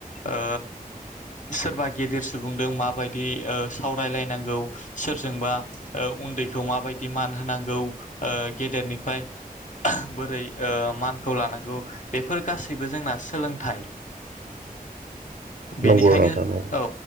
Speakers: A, on the left; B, on the right.
A: ओ सोरबा गेदेर सुबुंजों माबायदि ओ सावरायलायनांगौ सोरजोंबा ओ उन्दैखौ माबायदि मान होनांगौ ओ गेदेरनिफ्राय बोरै मानखौ लानांगौ बेफोर गासैबो जोंना सोलोंथाइ बेनिखायनो
B: नंगौ नोंथां नंगौ
A: औ